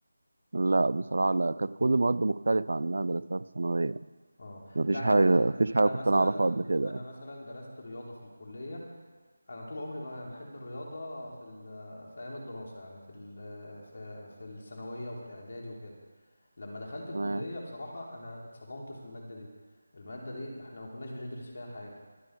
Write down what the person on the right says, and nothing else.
لا بصراحة لا كانت كل المواد مختلفة عن اللي أنا درستها في الثانوية
مفيش
حاجة
مفيش حاجة
كنت
أنا أعرفها قبل كده
يعني
تمام